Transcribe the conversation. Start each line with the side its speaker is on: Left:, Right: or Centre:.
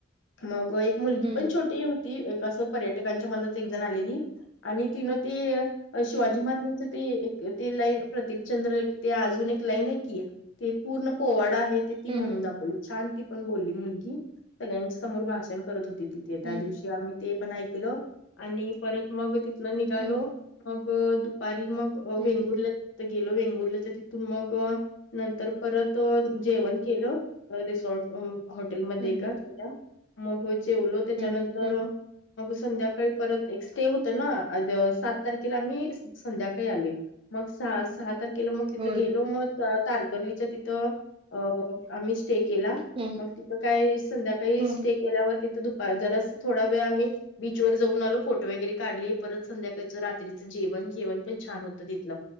Left: मग एक मुलगी
Right: हं.
Left: पण छोटी होती. तसं पर्यटकांच्या मनात एक जण आलेली आणि तिनं ते शिवाजी
Right: हं.
Left: महाराजांच- ते एक ते लाईन प्रतीपचंद्र ते अजून एक लाईन आहे की ते पूर्ण पोवाडा आहे. ती
Right: हं,
Left: म्हणून
Right: हं.
Left: दाखवली छान ती पण बोलली मुलगी सगळ्यांच्या समोर भाषण करत होती तिथे त्या
Right: हं.
Left: दिवशी आम्ही ते पण ऐकल आणि परत मग तिथलं निघालो
Right: हं, हं.
Left: मग दुपारी मग
Right: हं.
Left: वेंगुर्ल्याच्या तिथं गेलो वेंगुर्ल्याच्या तिथं त मग नंतर परत जेवण केलं रिसॉर्ट हॉटेलमध्येध्ये
Right: हं, हं.
Left: का छोट्या मग जेवलो त्याच्यानंतर
Right: हं. हं, हं.
Left: मग संध्याकाळी परत एक स्टे होत ना सात तारखेला मी संध्याकाळी आले मग सहा सहा तारखेला मग तिथं
Right: होय.
Left: गेलो मग तारकर्लीच्या तिथं अ आम्ही स्टे केला
Right: हं.
Left: मग तिथं काय संध्याकाळी
Right: हं,
Left: स्टे
Right: हं.
Left: केल्यावर तिथं दुपार जरा थोडा वेळ आम्ही बीचवर जाऊन आलो फोटो वगैरे काढले परत संध्याकाळचं रात्रीचं जेवण जेवण पण छान होतं तिथलं